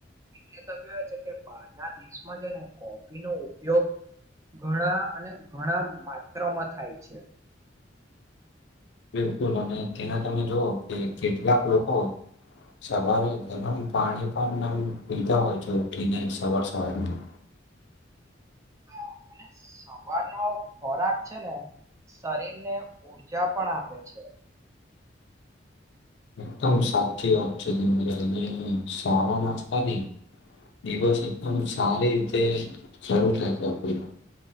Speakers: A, on the right (about 15°); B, on the left (about 65°).
A: એટલે તો કેવા છે કે બારના દેશમાં છે ને કોફી નો ઉપયોગ ઘણા અને ઘણા માત્રમાં થાય છે
B: બિલકુલ અને ત્યાં તમે જોવ કે કેટલાક લોકો સવારે ગરમ પાણી પણ નામ પીધા હોય છે ઉઠીને સવાર સવારમાં
A: <inaudible> અને સવારનો ખોરાક છે ને શરીરને ઉર્જા પણ આપે છે
B: એકદમ સાચી વાત છેને સારા નસ્તાથી દિવસ એકદમ સારી રીતે શરૂુ થાય છે આપનો